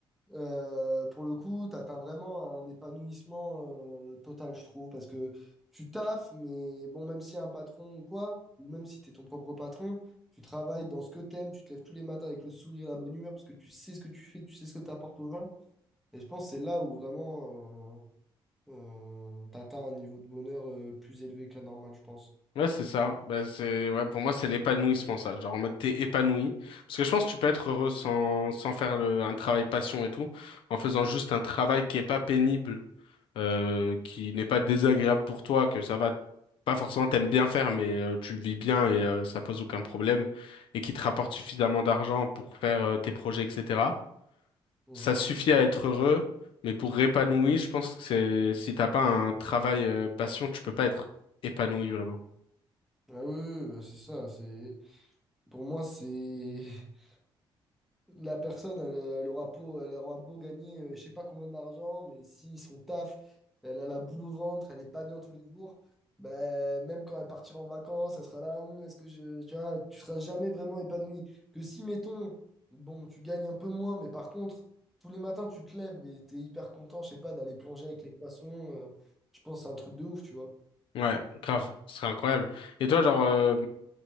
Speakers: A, in the centre; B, on the left (about 70°).
A: Euh, pour le coup, tu atteins vraiment un épanouissement euh, total, je trouve, parce que tu taffes, mais bon, même si y a un patron ou quoi, ou même si tu es ton propre patron, tu travailles dans ce que t'aimes, tu te lèves tous les matins avec le sourire et la bonne humeur, parce que tu sais ce que tu fais, tu sais ce que tu apportes aux gens. Et je pense que c'est là où vraiment euh, tu atteins un niveau de bonheur euh, plus élevé que la normale, je pense.
B: Ouais, c'est ça. Bah, c'est, ouais, pour moi, c'est l'épanouissement, ça. Genre, en mode, t'es épanoui. Parce que je pense que tu peux être heureux sans, sans faire le- un travail passion et tout, en faisant juste un travail qui est pas pénible, euh, qui n'est pas désagréable pour toi, que ça va, pas forcément t'aimes bien faire, mais euh, tu le vis bien et euh, ça pose aucun problème, et qui te rapporte suffisamment d'argent pour faire euh, tes projets, etc.
A: Mhm.
B: Ça suffit à être heureux, mais pour épanoui, je pense que c'est, si t'as pas un travail euh, passion, tu peux pas être épanoui vraiment.
A: Ah oui, oui, oui, bah c'est ça. C'est... Pour moi, c'est... <laughs> la personne, elle, elle aura beau, elle aura beau gagner, euh, je sais pas combien d'argent, mais si son taf, elle a la boule au ventre, elle est pas bien tous les jours, ben, même quand elle partira en vacances, elle sera là, Hum, est-ce que je, tu vois, tu seras jamais vraiment épanoui. Que si, mettons, bon, tu gagnes un peu moins, mais par contre, tous les matins, tu te lèves et t'es hyper content, je sais pas, d'aller plonger avec les poissons, euh, je pense que c'est un truc de ouf, tu vois.
B: Ouais, grave, ce serait incroyable. Et toi, genre, euh,